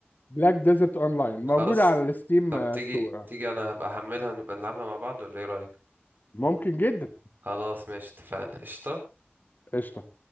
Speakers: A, on the left; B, on the right.
A: بلاك ديزرت اونلاين
B: خلاص
A: موجوده على الستيم
B: طب تيجي
A: ستور
B: تيجي انا هبقى احملها ونبقى نلعبها مع بعض ولا ايه رايك
A: ممكن جدا
B: خلاص ماشي اتفقنا قشطة
A: قشطه